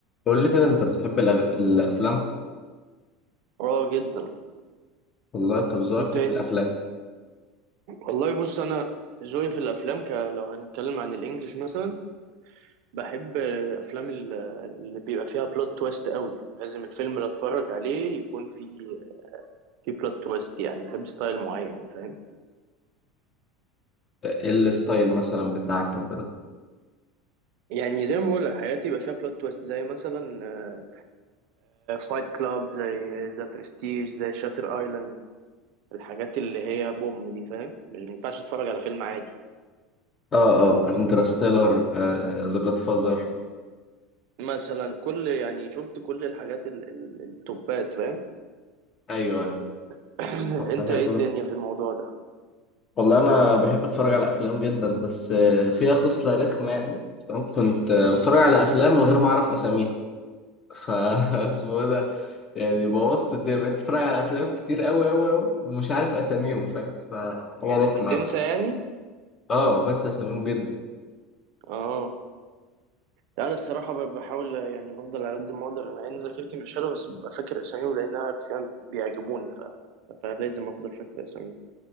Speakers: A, on the left (about 35°); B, on the right (about 65°).
A: قول لي كده انت بتحب الأغ... الافلام
B: اه جدا
A: والله طب ذوقك
B: انت
A: ايه
B: ايه
A: في
B: ده؟
A: الافلام
B: والله بص انا ذوقي في الافلام ك... لو هنتكلم عن الانجليش مثلا بحب آه، افلام ال- اللي بيبقى فيها بلوت تويست قوي يعني لازم الفيلم اللي اتفرج عليه يكون فيه في بلوت تويست يعني بحب ستايل معين فاهم
A: ايه الستايل مثلا بتاعك وكده
B: يعني زي ما بقول لك حاجات يبقى فيها بلوت تويست زي مثلا فايت كلاب زي ذا برستيج زي شاتر ايلاند الحاجات اللي هي بوم دي فاهم مش ما ينفعش اتفرج على فيلم عادي
A: اه اه انترستيلر ذا جاد فازر
B: مثلا كل يعني شفت كل الحاجات ال- ال- التوبات فاهم
A: ايوه ايوه
B: <clears throat>
A: طب ده
B: انت
A: حلو
B: ايه الدنيا
A: ده
B: في الموضوع ده
A: والله انا بحب اتفرج على افلام جدا بس آه، فيها خصله رخمه يعني تمام؟ كنت آه،
B: مم.
A: بتفرج على افلام من غير ما اعرف اساميها فا <laughs> اسمه إيه ده يعني بوظت الدنيا بقيت اتفرج على افلام كتير قوي قوي قوي ومش عارف اساميهم فاهم فحاجه رخمه
B: بتنسى
A: يعني.
B: يعني
A: اه بنسى اساميهم جدا
B: اه لا انا الصراحه ب- بحاول يعني بفضل على قد ما اقدر مع ان ذاكرتي مش حلوه بس ببقى فاكر اساميهم لانها فعلا بيعجبوني ف... فلازم افضل فاكر اساميهم